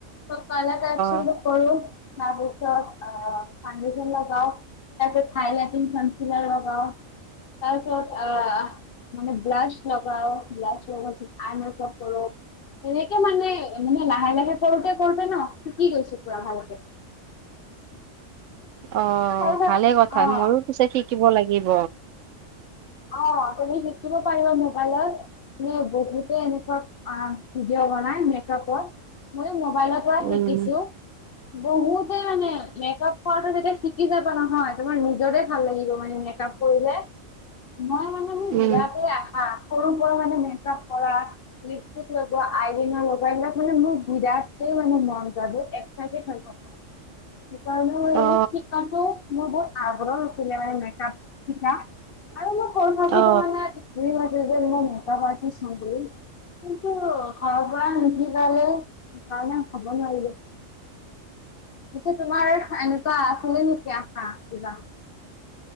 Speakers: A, on the left; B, on the right.
A: কালাৰ কাৰেকচন
B: অ
A: কৰো তাৰপাছত ফাউণ্ডেশ্যন লগাও। তাক কঞ্চিলা লগাও তাৰপিছত আ। মানে ব্লাছ লগাও, ব্লাছ লগোৱা পাছত আই মেকআপ কৰো, এনেকে মানে। মানে লাহে লাহে কৰোতে কৰোতে ন শিকি গৈছো পুৰা ভালকে।
B: অ্
A: তাৰপিছত
B: ভালে কথা
A: অ
B: মইয়ো পিছে শিকিব লাগিব।
A: অ্ তুমি শিকিব পাৰিবা মবাইলত। মানে বহুতে এনেকুৱা ভিডিঅ' বনাই মেকাআপত মই মোবাইলৰ পৰা
B: উম
A: শিকিছো, বহুতেই মানে মেকআপ কৰাটো যেতিয়া শিকি যাবা নহয় তোমাৰ নিজৰে ভাল লাগিব মানে মেকআপ কৰিলে। মই মানে মোৰ বিৰাটে
B: উম
A: আশা সৰু পৰা মানে মেকাপ কৰা, লিপষ্টিক লগোৱা, আইলাইনাৰ লগোৱা, এইবিলাক মানে মোৰ বিদ স মানে মনটা বহুত এক্সাইটেড হৈ‌ থাকো। সেইকাৰনে মই ‌বলো
B: অ
A: শিকাটো মোৰ বহুত আগ্ৰহ আছিলে মানে মেকাআপ শিকা। আৰু মই সৰু থাকোতে
B: অ
A: মানে ড্ৰিম আছিল যে মই মেকাআপ আষ্টিত হম বুলি। কিন্তু ঘৰৰ পৰা নিশিকালে সেইকাৰণে হ'ব নোৱাৰিলো। পিছে তোমাৰ এনেকুৱা আছিলে নেকি আশা কিবা।